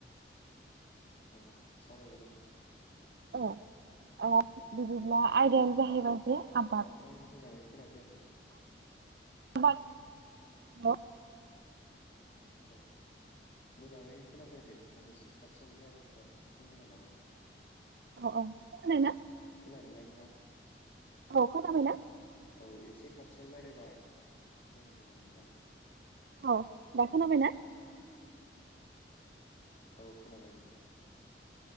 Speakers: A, on the left (about 50°); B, on the right (about 65°).
A: अ सावरायजागोन नोंथां।
B: अ अ बिदिब्ला आइदायानो जाहैबा जे आ
A: ओमफ्राय मोजाङै खोनाफैयाखै
B: आबाद
A: औ मोजाङै खोनाफैयाखै नोंथां एसे खाथियाव रायजलायबा साबसिन जागोन नामा?
B: अ अ खनाबाय ना
A: खोनादों ना नोंथां
B: औ खनाबायना
A: औ एसे खाथियाव रायज्लायबा मोजां जागोन नोंथां?
B: अ दाखौ नाबायना?
A: औ खोनाबाय नोंथां एसे।